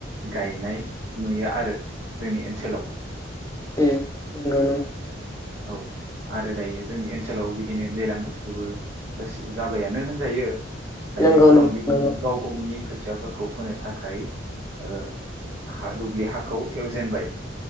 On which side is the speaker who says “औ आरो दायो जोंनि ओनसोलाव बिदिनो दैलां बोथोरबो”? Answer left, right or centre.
Right